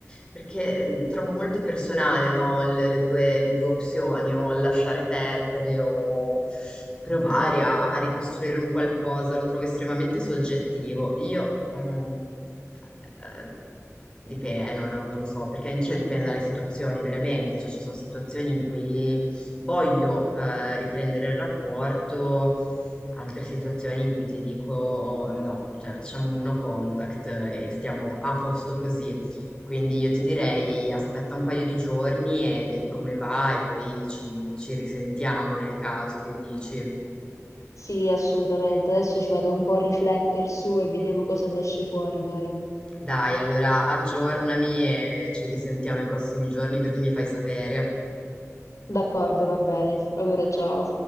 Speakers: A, on the left (about 15°); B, on the left (about 80°).
A: perché mh, trovo molto personale, no, le, le due, le due opzioni, o lasciare perdere o provare a, a ricostruire un qualcosa, lo trovo estremamente soggettivo. Io, mm, eh, dipende, non, non lo so, perché anch'io dipende dalle situazioni, veramente, cioè ci sono situazioni in cui voglio eh, riprendere il rapporto, altre situazioni in cui ti dico "Oh, no, cioè facciamo un no contact e stiamo a posto così. Quindi io ti direi aspetta un paio di giorni e vedi come va e poi ci, ci risentiamo nel caso che dici.
B: Sì, assolutamente. Adesso ci vado un po' a riflettere su e vediamo cosa ne esce fuori, dai.
A: Dai, allora aggiornami e ci risentiamo i prossimi giorni così mi fai sapere.
B: D'accordo, va bene. Allora, ciao.